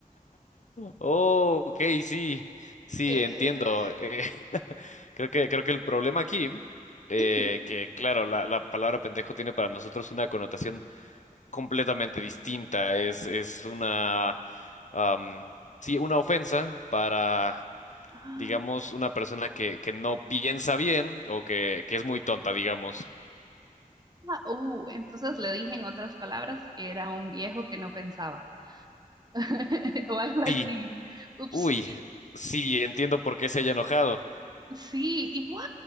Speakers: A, on the left; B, on the right.
A: Oh, ok, sí. Sí,
B: Eh,
A: entiendo. eh, <laughs> creo que, creo que el problema aquí, eh,
B: ujú.
A: que claro, la, la palabra pendejo tiene para nosotros una connotación completamente distinta. Es, es una, am, sí, una ofensa para,
B: ah,
A: digamos, una persona que, que no piensa bien o que, que es muy tonta, digamos.
B: uh, entonces le dije en otras palabras que era un viejo que no pensaba <laughs> o algo así.
A: Sí,
B: Ups.
A: uy, sí, entiendo por qué se haya enojado.
B: Sí, igual.